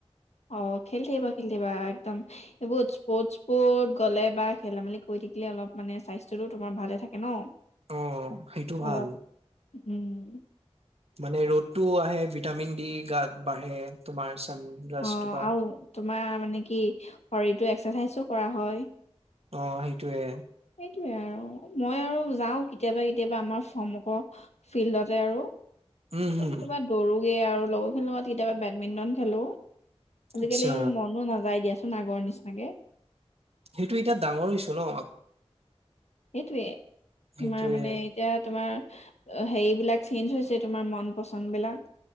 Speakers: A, on the left; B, on the right.
A: অ খেলি থাকিবা খেলি থাকিবা একদম এইবোৰত স্পৰ্ট বত গ'লে বা খেলেমেলি কৰি থাকিলে অলপ মানে স্বাস্থ্যটো তোমাৰ ভালে থাকে ন
B: অ সেইটো ভাল
A: অলপ উম
B: মানে ৰ'দটো আহে ভিটামিন দি গাত বাঢ়ে তোমাৰ চানৰাইজটোপা
A: অ আৰু তোমাৰ মানে কি শৰীৰটো এক্সাৰচাইজো কৰা হয়
B: অ সেইটোয়ে
A: সেইয়ে আৰু মই আৰু যাওঁ কেতিয়াবা কেতিয়াবা আমাৰ সমগ্ৰ ফিল্ডতে আৰু
B: উম,
A: কেতিয়াবা
B: হুম,
A: কেতিয়াবা দৌৰোগে আৰু লগৰখিনিৰ লগত কেতিয়াবা বেডমিণ্টন খেলো আজিকালি
B: আচ্ছা।
A: আৰু মনো নাযায় দিয়া নগৰ নিচিনাকে
B: সেইটো এতিয়া ডাঙৰ হৈছে ন
A: এইটোৱে তোমাৰ
B: সেইটোৱে।
A: মানে এতিয়া তোমাৰ হেৰিবিলাক চেঞ্জ হৈছে তোমাৰ মন পচন্দ বিলাক